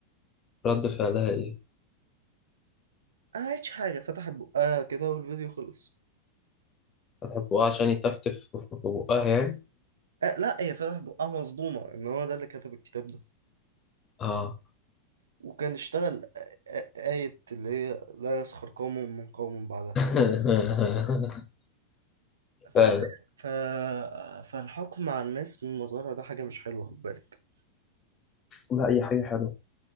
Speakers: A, on the left; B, on the right.
A: رد فعلها ايه
B: ما عملتش حاجه فتحت بقها كده والفيديو خلص
A: فتح بقها عشان يتفتف في في- في بقها يعني
B: آه لا هي فتحت بقها مصدومه ان هو ده اللي كتب الكتاب ده
A: اه
B: وكان اشتغل آ- آ- آية اللي هي لا يسخر قوم من قوم بعدها
A: <laughs> فعلا
B: فده ف... فالحكم على الناس من مظهرها ده حاجة مش حلوة خد بالك
A: لا هي حاجة حلوة